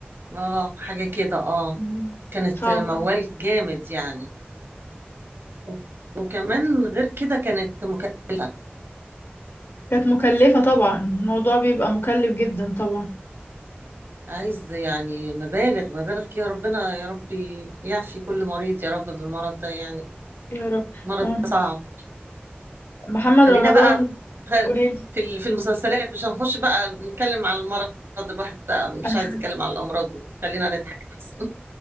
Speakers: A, on the right; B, on the left.
A: اه حاجة كده اه
B: مم.
A: كانت
B: صعب
A: موال
B: أوي
A: جامد يعني و- وكمان غير كده كانت مكلفة
B: كانت مكلفة طبعا الموضوع بيبقى مكلف جدا طبعا
A: عايز يعني مبالغ مبالغ كده ربنا يا ربي يعفي كل مريض يا رب بالمرض ده يعني
B: يا رب
A: مرض
B: مم.
A: صعب
B: محمد
A: خلينا
B: رمضان
A: بقى غير-
B: قوليلي
A: في ال- في المسلسلات مش هنخش بقى نتكلم عن المرض الواحد بقى مش
B: <laughs>
A: عايز يتكلم عن الأمراض خلينا نضحك أحسن